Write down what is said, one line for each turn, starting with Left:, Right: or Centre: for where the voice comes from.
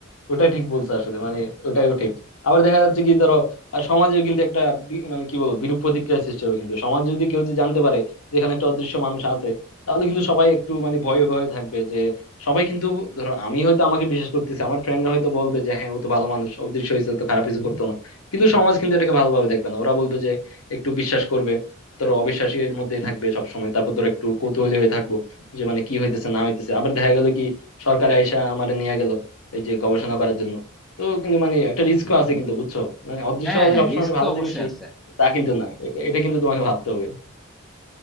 Left: ওটা ঠিক বলছো আসলে মানে ওটাও ঠিক আবার দেখা যাচ্ছে কি ধরো আর সমাজেও কিন্তু একটা বি- মানে কি বলবো বিরূপ প্রতিক্রিয়ার সৃষ্টি হবে কিন্তু সমাজ যদি কেউ যদি জানতে পারে যে এখানে একটা অদৃশ্য মানুষ আছে তাহলে কিন্তু সবাই একটু মানে ভয়ে ভয়ে থাকবে যে সবাই কিন্তু ধরো আমি হয়তো আমাকে বিশ্বাস করতেছি আমার ফ্রেন্ডরা হয়তো বলবে যে হ্যাঁ ও তো ভালো মানুষ অদৃশ্য হয়েছে ও তো খারাপ কিছু করতো না কিন্তু সমাজ কিন্তু এটাকে ভালোভাবে দেখবে না ওরা বলবে যে একটু বিশ্বাস করবে ধরো অবিশ্বাসীর মধ্যেই থাকবে সবসময় তারপর ধরো একটু কৌতূহলী হয়ে থাকবো যে মানে কি হইতেছে না হইতেছে আবার দেখা গেল কি সরকার আইসা আমারে নিয়ে গেল এই যে গবেষণা করার জন্য তো কিন্তু মানে একটা রিস্কও আছে কিন্তু বুঝছো মানে অদৃশ্যবাদী
Centre: হ্যাঁ হ্যাঁ
Left: সবসময়
Centre: রিস্ক
Left: ভালো
Centre: তো অবশ্যই
Left: জিনিসই
Centre: আছে
Left: তা কিন্তু না এ- এটা কিন্তু তোমাকে ভাবতে হবে